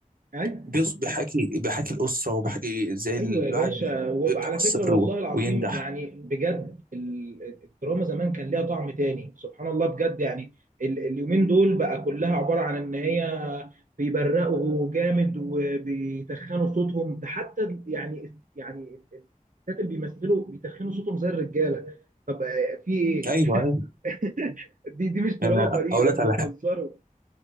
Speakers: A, on the right; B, on the right.
A: ايوه
B: بيص- بيحكي بيحكي الاسره وبيحكي ازاي
A: ايوه
B: الواحد
A: يا باشا وعلى
B: بيبدا من الصفر
A: فكره والله
B: و-
A: العظيم
B: وينجح
A: يعني بجد ال- الدراما زمان كان ليها طعم تاني سبحان الله بجد يعني ال- اليومين دول بقى كلها عباره عن ان هي بيبرقوا جامد وبيتخنوا صوتهم ده حتى يعني يعني الستات اللي بيمثلوا بيتخنوا صوتهم زي الرجاله طب آه، في ايه
B: ايوه
A: <laughs>
B: ايوه
A: دي دي مش دراما
B: يعني
A: دي
B: اقول
A: ده
B: لك
A: انتوا
B: على حاجه
A: بتهزروا